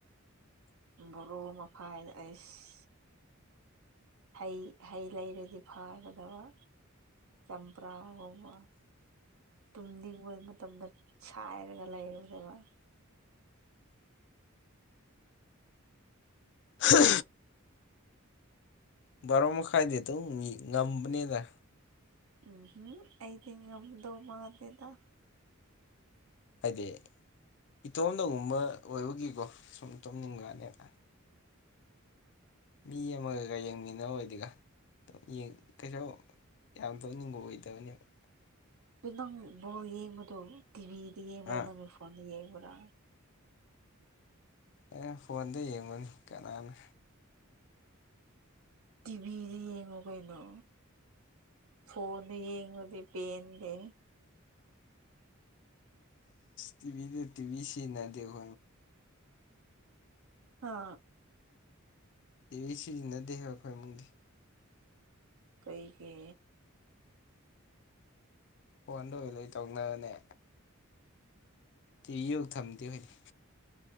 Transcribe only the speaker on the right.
ꯣꯔꯣ ꯃꯈꯐꯥꯏꯗ ꯑꯁ ꯍꯩ ꯍꯩ ꯂꯩꯔꯗꯤ ꯐꯥꯒꯗꯕ ꯆꯝꯄ꯭ꯔꯥ ꯋꯥꯉ ꯇꯨꯝꯅꯤꯡꯕ ꯃꯇꯝꯗ ꯁꯥꯏꯔꯒ ꯂꯩꯔꯨꯗꯦꯕ
ꯎꯝꯝ ꯑꯩꯗꯤ ꯉꯝꯗꯧ ꯃꯥꯗꯦꯗ
ꯑꯗꯨ ꯅꯪ ꯕꯣꯜ ꯌꯦꯡꯕꯗꯣ ꯇꯤꯚꯤꯗ ꯌꯦꯡꯕ꯭ꯔꯥ
ꯅꯪꯒꯤ ꯐꯣꯟꯗ ꯌꯦꯡꯕ꯭ꯔꯥ
ꯇꯤꯚꯤꯗ ꯌꯦꯡꯉꯣ ꯀꯩꯅꯣ ꯐꯣꯟꯗ ꯌꯦꯡꯂꯗꯤ ꯄꯦꯟꯗꯦ
ꯍꯥ
ꯀꯩꯒꯤ